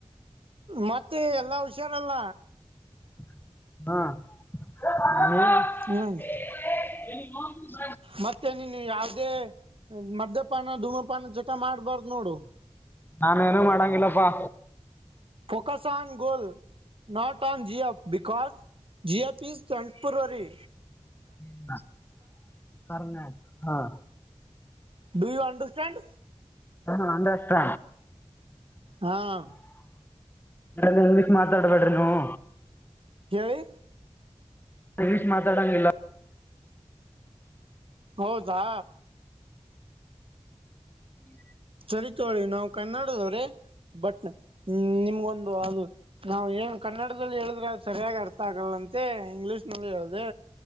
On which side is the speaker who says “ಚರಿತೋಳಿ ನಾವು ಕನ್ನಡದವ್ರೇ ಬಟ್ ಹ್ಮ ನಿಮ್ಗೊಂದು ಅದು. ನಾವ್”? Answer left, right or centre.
Right